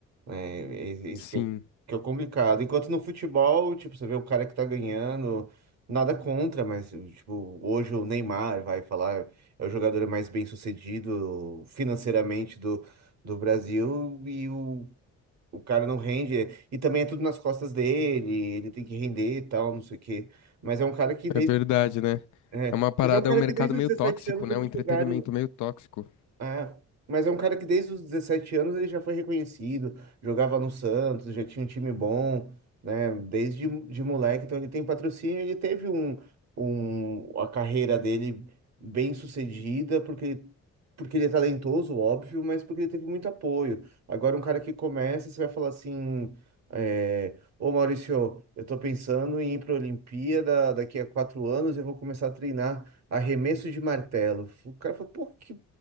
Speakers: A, on the right (about 60°); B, on the left (about 75°).
A: né? É, é isso
B: Sim,
A: que, eu, que é o complicado. Enquanto no futebol, tipo, você vê o cara que tá ganhando, nada contra, mas, tipo, hoje o Neymar vai falar, é o jogador mais bem-sucedido financeiramente do, do Brasil e o, o cara não rende. E também é tudo nas costas dele, ele tem que render e tal, não sei o quê. Mas é um cara que desde,
B: é verdade, né?
A: é,
B: É uma parada,
A: mas é um cara
B: é um mercado
A: que desde
B: meio
A: os 17
B: tóxico,
A: anos
B: né?
A: eles
B: Um entretenimento
A: jogaram.
B: meio tóxico.
A: É, mas é um cara que desde os 17 anos ele já foi reconhecido, jogava no Santos, já tinha um time bom, né? Desde de moleque, então ele tem patrocínio, ele teve um, um, a carreira dele bem sucedida, porque ele, porque ele é talentoso, óbvio, mas porque ele teve muito apoio. Agora um cara que começa, você vai falar assim, é, ô Maurício, eu tô pensando em ir para a Olimpíada daqui a quatro anos, eu vou começar a treinar arremesso de martelo. O cara falou, pô, que